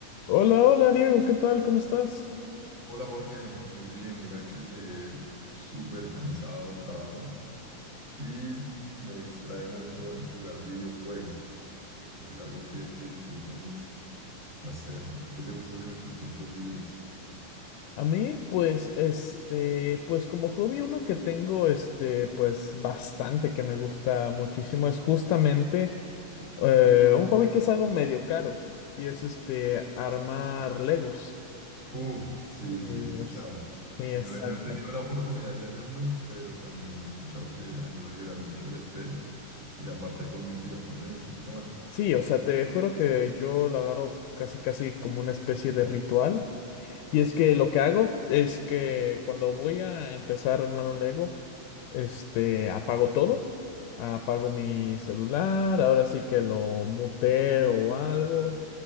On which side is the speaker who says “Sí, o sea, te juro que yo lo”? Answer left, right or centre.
Left